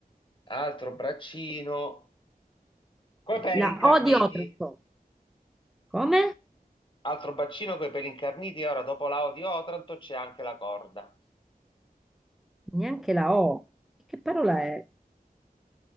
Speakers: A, on the left (about 30°); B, in the centre.
A: Altro braccino, coi peli
B: la
A: incarniti.
B: O di Otranto. Come?
A: Altro braccino coi peli incarniti. E ora, dopo la O di Otranto, c'è anche la corda.
B: Neanche la O. Che parola è?